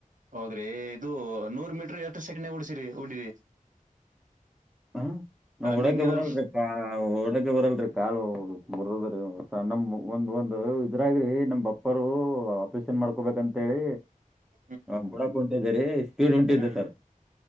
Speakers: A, on the right (about 70°); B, in the centre.
A: ಹೌದ್ರಿ ಇದು ನೂರ್ ಮೀಟರ್ ಎಷ್ಟು ಸೆಕಂಡ್ ಓಡ್ಸಿರಿ ಓಡಿ?
B: ಹ ನಂಗ್
A: ರನ್ನಿಂಗ್
B: ಓಡಾಕ
A: ಏನಾರ
B: ಬರೋಲ್ರಪಾ. ಓಡಕ್ಕೆ ಬರಲ್ರಿ ಕಾಲು ಮುರದದ್ರಿ ನಮ ಒಂದ್ ಒಂದು ಇದ್ರಾಗ್ರಿ ನಮ್ ಪ್ಪರು ಆಪರೇಷನ್ ಮಾಡ್ಕೊಬೇಕಂತೇಳಿ
A: ಹ
B: ಹ ಬುಡಕ ಉಂಟಿದ್ದರಿ ಸ್ಪೀಡ್ ಉಂಟಿದ್ದೆ
A: ಹ್ಮ್
B: ಸರ್